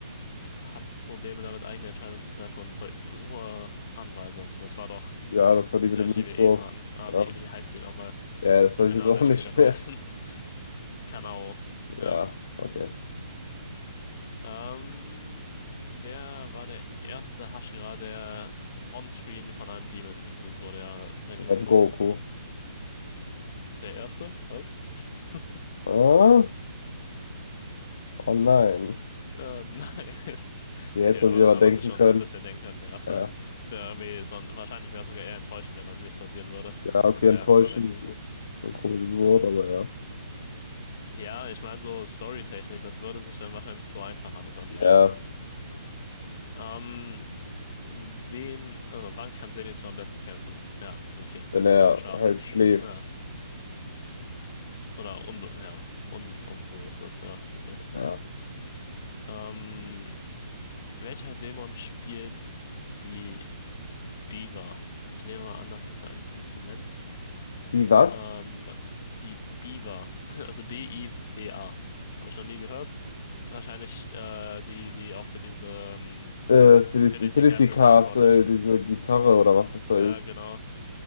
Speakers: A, on the left (about 45°); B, on the left (about 60°).
A: hat Probleme damit, eigene Entscheidungen zu treffen und folgt nur Anweisungen? Das war doch
B: Ja, das war die mit
A: die, Flasche,
B: dem Münzwurf.
A: die wir eben hatten. Ah,
B: Ja,
A: wie, wie heißt die nochmal?
B: ja, das
A: Ich habe
B: weiß
A: den
B: ich jetzt
A: Namen
B: auch
A: jetzt
B: <laughs> nicht
A: schon wieder vergessen.
B: mehr.
A: <laughs> Kanao.
B: Ja,
A: Ja,
B: okay.
A: okay. Ähm, wer war der erste Hashira, der onscreen von einem Demon getötet wurde? Ja, Rengoku.
B: Red Goku.
A: Der erste? Was? <laughs>
B: Ah, oh nein.
A: Äh, nein.
B: Die hätte
A: Okay, aber
B: man sich
A: das
B: aber
A: hat
B: denken
A: man sich schon
B: können.
A: so ein bisschen denken können, ja.
B: Ja.
A: Es wäre irgendwie so, wahrscheinlich wäre es sogar eher enttäuschend, wenn das nicht passieren würde.
B: Ja, okay,
A: Naja,
B: enttäuschend
A: das war Rengoku.
B: ist ein komisches Wort, aber ja.
A: Ja, ich meine, so storytechnisch, das würde sich dann wahrscheinlich zu einfach alles anfühlen.
B: Ja,
A: Ähm, wen, also wann kann Zenitsu am besten kämpfen? Ja, okay.
B: wenn er
A: Beim Schlafen.
B: halt schläft.
A: Ja. Oder unbe ja, un unbewusstes, ja, okay.
B: Ja.
A: Ähm, welcher Dämon spielt die Biwa? Ich nehme mal an, das ist ein Instrument.
B: Die was?
A: Ähm, die Biwa, <laughs> also B-I-W-A. Habe ich noch nie gehört. Wahrscheinlich äh, die, die auch für diese ähm,
B: Äh, für das
A: Trinity
B: Infinity
A: Castle
B: Castle,
A: verantwortlich ist.
B: diese Gitarre oder was das da
A: Ja,
B: ist.
A: genau.